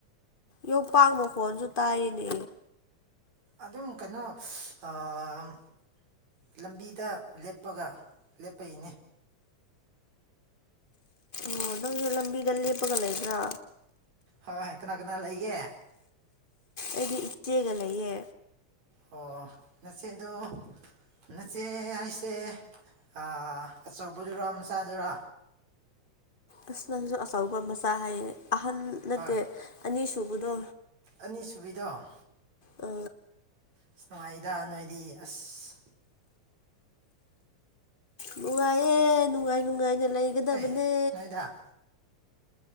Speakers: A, on the left; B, on the right.
A: ꯌꯣꯄꯥꯛ ꯃꯈꯣꯟꯖꯨ ꯇꯥꯏꯌꯦꯅꯦ꯫
B: ꯑꯗꯨꯝ ꯀꯩꯅꯣ ꯑꯥ ꯎꯝ ꯂꯝꯕꯤꯗ ꯂꯦꯞꯄꯒ ꯂꯦꯞꯄꯩꯅꯦ
A: ꯑꯣ ꯅꯪꯗꯤ ꯂꯝꯕꯤꯗ ꯂꯦꯞꯄꯒ ꯂꯩꯕ꯭ꯔꯥ
B: ꯍꯣꯏ ꯀꯅꯥꯀꯅꯥ ꯂꯩꯒꯦ
A: ꯑꯩꯗꯤ ꯏꯆꯦꯒ ꯂꯩꯌꯦ
B: ꯑꯣ ꯅꯆꯦꯗꯣ ꯅ ꯆꯦ ꯍꯥꯏꯁꯦ ꯑꯥ ꯑꯆꯧꯕꯗꯨꯔꯣ ꯃꯆꯥꯗꯨꯔꯣ
A: ꯑꯁ ꯅꯪꯖꯨ ꯑꯆꯧꯕ ꯃꯆꯥ ꯍꯥꯏꯌꯦ ꯑꯍꯟ ꯅꯠꯇꯦ
B: ꯍꯣꯏ
A: ꯑꯅꯤꯁꯨꯕꯗꯣ
B: ꯑꯅꯤꯁꯨꯕꯤꯗꯣ
A: ꯑ
B: ꯑꯁ ꯅꯨꯡꯉꯥꯏꯗ ꯅꯣꯏꯗꯤ ꯑꯁ
A: ꯅꯨꯡꯉꯥꯏꯌꯦ ꯅꯨꯡꯉꯥꯏ ꯅꯨꯡꯉꯥꯏꯅ ꯂꯩꯒꯗꯕꯅꯦ
B: ꯍꯣꯏ ꯅꯣꯏꯗ